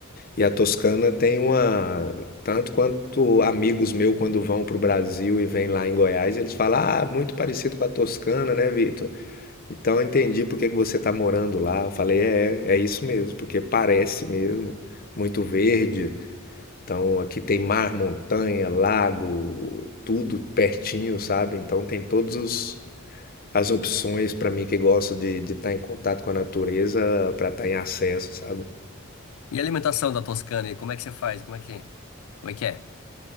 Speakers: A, on the left; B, on the left.
A: E a Toscana tem uma. Tanto quanto amigos meus, quando vão para o Brasil e vêm lá em Goiás, eles falam: Ah, muito parecido com a Toscana, né, Vitor? Então eu entendi por que que você está morando lá. Eu falei: É, é isso mesmo, porque parece mesmo. Muito verde, então aqui tem mar, montanha, lago, tudo pertinho, sabe? Então tem todos os as opções para mim que gosto de de estar em contato com a natureza para estar em acesso, sabe?
B: E a alimentação da Toscana aí, como é que você faz? Como é que, como é que é?